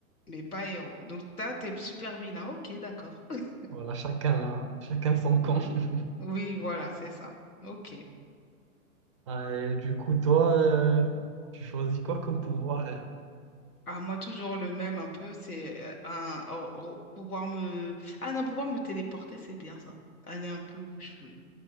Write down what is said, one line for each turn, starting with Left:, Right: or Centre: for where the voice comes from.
Left: Mais pas héros. Donc, t'as tes super-vilains. Ok, d'accord. <laughs>
Right: Voilà, chacun, chacun son camp. <laughs>
Left: Oui, voilà, c'est ça. Ok.
Right: Ah, et du coup, toi, euh, tu choisis quoi comme pouvoir? euh,
Left: Ah, moi, toujours le même un peu, c'est euh, un, or- or- pouvoir me... Ah non, pouvoir me téléporter, c'est bien ça. Aller un peu où je veux,